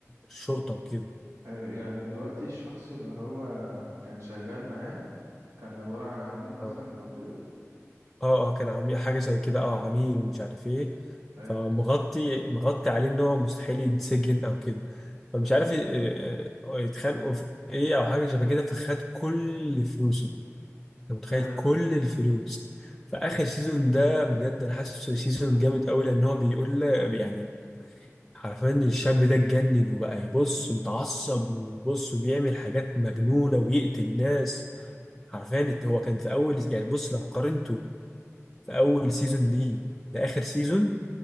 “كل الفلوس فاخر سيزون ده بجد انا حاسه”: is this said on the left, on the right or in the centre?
Centre